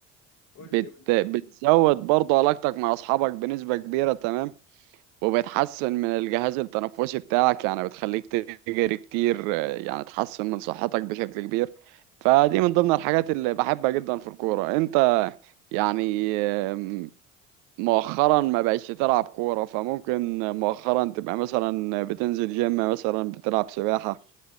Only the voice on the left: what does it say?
قول
لي قول لي